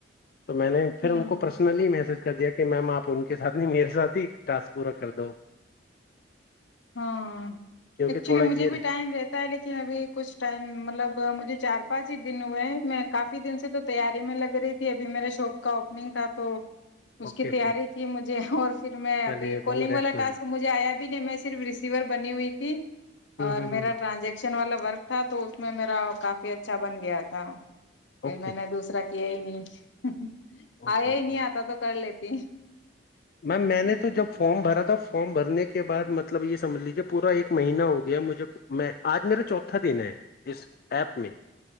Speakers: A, on the left; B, on the left.
A: تو میں نے پھر
B: ہوں
A: ان کو پرسنلی میسج کر دیا کہ میم آپ ان کے ساتھ نہیں میرے ساتھ ہی ٹسک پورا کر دو
B: ہاں
A: کیونکہ
B: ایکچولی
A: تھوڑا
B: مجھے
A: یہ
B: بھی ٹائم رہتا ہے لیکن ابھی کچھ ٹائم مطلب مجھے چار پانچ ہی دن ہوئے ہیں میں کافی دن سے تو تیاری میں لگ رہی تھی ابھی میرے شاپ کا اوپنگ تھا تو اس
A: اوکے
B: کی
A: اوکے
B: تیاری تھی مجھے اور پھر میں
A: چلیے
B: ابھی
A: کانگریس
B: کالنگ والا
A: میم
B: ٹسک مجھے آیا بھی نہیں میں رسیور بنی ہوئی تھی
A: ہ
B: اور
A: ہ
B: میرا ٹرانزیکشن والا بر تھا تو اس میں میرا کافی اچھا بن گیا تھا پھر
A: اوکے
B: میں نے دوسرا کیا ہی نہیں آیا
A: اوکے اوکے
B: ہی نہیں آتا تو کر لیتی
A: میم میں نے تو جب فارم بھرا تھا فارم بھرنے کے بعد مطلب یہ سمجھ لیجیے پورا ایک مہینہ ہو گیا مجھے میں آج میرا چوتھا دن ہے اس ایپ میں